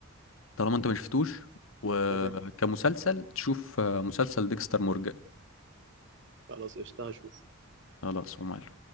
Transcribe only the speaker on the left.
طالما انت ما شفتوش وكمسلسل
تشوف آه، مسلسل ديكستر مورجان
خلاص وماله